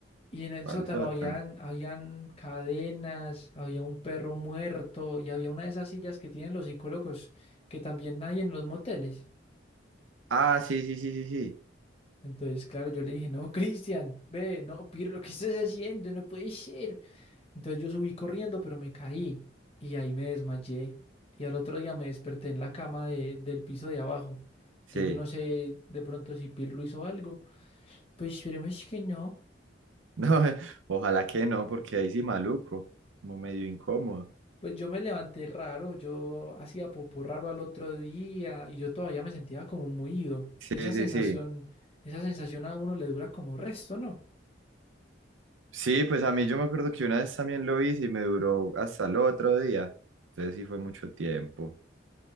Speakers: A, on the left; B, on the right.
A: Y en el
B: ¿Al
A: sótano
B: sótano?
A: habían, habían cadenas, había un perro muerto y había una de esas sillas que tienen los psicólogos que también hay en los moteles.
B: Ah, sí, sí, sí, sí, sí.
A: Entonces, claro, yo le dije, no, Cristian, ve, no, Pirro, ¿qué estás haciendo? No puede ser. Entonces yo subí corriendo, pero me caí y ahí me desmayé. Y al otro día me desperté en la cama de- del piso de abajo. Entonces
B: Sí.
A: yo no sé de pronto si Pirlo hizo algo. Pues esperemos que no.
B: No, <laughs> ojalá que no, porque ahí sí maluco, como medio incómodo.
A: Pues yo me levanté raro, yo hacía popó raro al otro día y yo todavía me sentía como muido.
B: Sí,
A: Esa sensación,
B: sí, sí.
A: esa sensación a uno le dura como resto, ¿no?
B: Sí, pues a mí yo me acuerdo que una vez también lo hice y me duró hasta el otro día. Entonces sí fue mucho tiempo.